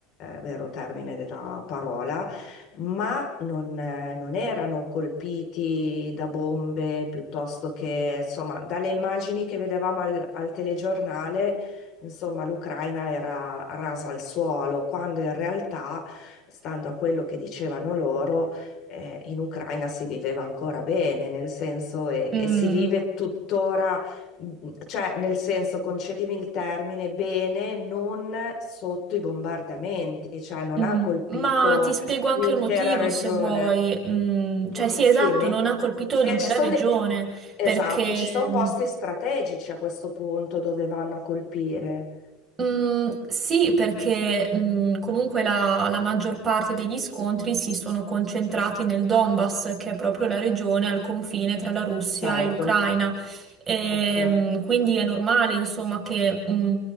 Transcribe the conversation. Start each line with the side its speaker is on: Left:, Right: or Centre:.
Left: vero termine della parola ma non, eh, non erano colpiti da bombe piuttosto che, insomma, dalle immagini che vedevamo al, al telegiornale, insomma, l'Ucraina era rasa al suolo, quando in realtà, stando a quello che dicevano loro, eh, in Ucraina si viveva ancora bene, nel senso, e,
Right: Mm,
Left: e si vive tuttora, mh, cioè, nel senso, concedimi il termine, bene, non sotto i bombardamenti, cioè non
Right: mm.
Left: ha colpito
Right: Ma ti spiego anche
Left: l'intera
Right: il motivo
Left: regione.
Right: se vuoi. Mm, cioè,
Left: Mm.
Right: sì, esatto,
Left: Dimmi,
Right: non ha colpito
Left: se
Right: l'intera
Left: ci sono
Right: regione
Left: dei... Esatto,
Right: perché.
Left: ci sono
Right: mm,
Left: posti strategici a questo punto dove vanno a colpire.
Right: Mm, sì, perché mm, comunque la, la maggior parte degli scontri si sono concentrati nel Donbass, che è proprio la regione al confine tra la Russia
Left: Certo,
Right: e l'Ucraina. Ehm,
Left: ok,
Right: quindi è normale, insomma, che mm,